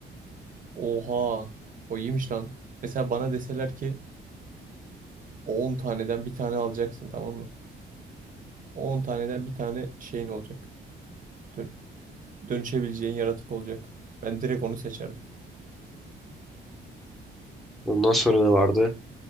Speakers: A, on the right (about 40°); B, in the centre.
A: Oha. O iyiymiş lan. Mesela bana deseler ki 10 taneden bir tane alacaksın tamam mı? 10 taneden bir tane şeyin olacak. Dön- dönüşebileceğin yaratık olacak. Ben direkt onu seçerdim.
B: Ondan sonra ne vardı?